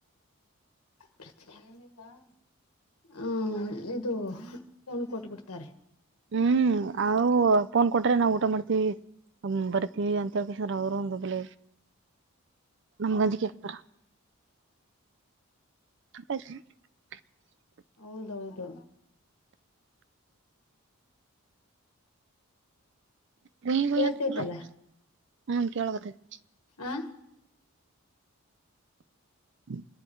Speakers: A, on the left; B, on the right.
A: ಯ <unintelligible> <inaudible> ಹ್ಮ ಇದು ೋನ್ ಕೊಟ್ಬಿಡ್ತಾರೆ
B: ಹ್ಮ್ ಅ ೋನ್ ಕೊಟ್ರೆ ನಾವು ಊಟ ಮಾಡ್ತೀವಿ ಬರ್ತಿೀವಿ ಅಂತ ಹೇಳ್ಕಾರ ಅವರು ಒಂದೋಗಲ ನಮ್ ಗಂಜಿ ಕಳ್ತಾರ ಅ <unintelligible>
A: ಹೌದೌದು
B: ಗುಯ್ ಗುಯ್
A: ಕೇಳ್ತೈತಲ್ಲ
B: ಅಂತಲ್ಲ ಹ್ಮ್ ಕೇಳಕತ್ತೈತಿ
A: ಆ
B: ಹ್ಮ